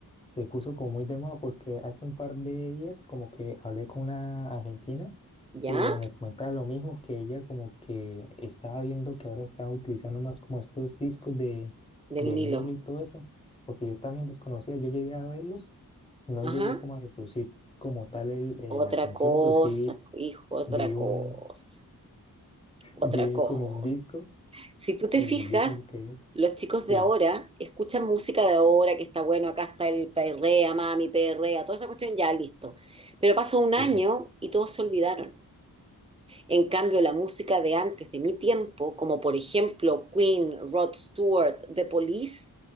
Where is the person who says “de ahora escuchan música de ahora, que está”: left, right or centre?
Right